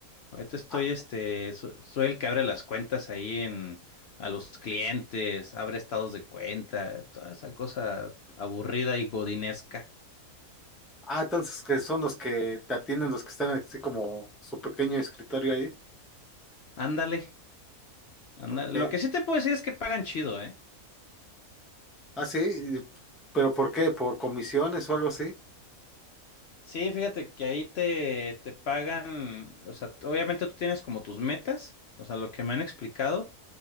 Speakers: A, on the left; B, in the centre.
A: Ahorita estoy,
B: Ah,
A: este, so- soy el que abre las cuentas ahí en, a los clientes, abre estados de cuenta, toda esa cosa aburrida y godinesca.
B: ah, entonces que son los que te atienden, los que están así como su pequeño escritorio ahí.
A: Ándale, ándale.
B: Ok.
A: Lo que sí te puedo decir es que pagan chido, ¿eh?
B: Ah, sí, y- pero ¿por qué? ¿Por comisiones o algo así?
A: Sí, fíjate que ahí te, te pagan, o sea, t- obviamente tú tienes como tus metas, o sea, lo que me han explicado,